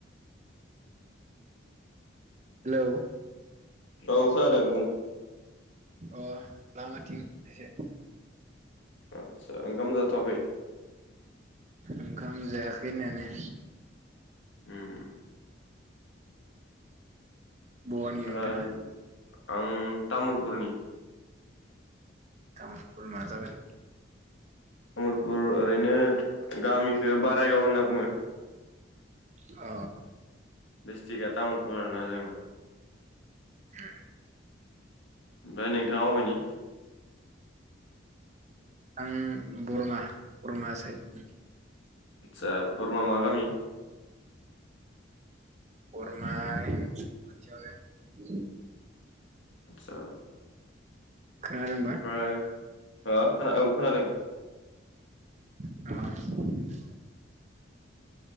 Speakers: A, on the right; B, on the left.
A: हेलौ।
B: औ खोनादों बुं।
A: अ लङाथिं एसे।
B: आतसा ओंखाम जा थ'आखै
A: ओंखाम जायाखै होनायानो।
B: उम्म।
A: बहानि
B: ओमफ्राय
A: नोंथाङा
B: आं तामुलपुरनि।
A: तामुलपुर मा जायगानि?
B: तामुलपुर ओरैनो गामिखौ बारायगाव होनना बुङो।
A: अ।
B: डिस्ट्रिक्टआ तामुलपुर आरोना जोंना।
A: उम
B: ओमफ्राय नोंथाङा अबेनि
A: आं बरमा बरमा साइदनि
B: आतसा बरमा मा गामि।
A: बरमा मुसुलपुर खाथियाव जायो।
B: आतसा
A: खोनादोंबा
B: ओमफ्राय खोना औ खोनादों।
A: <unintelligible>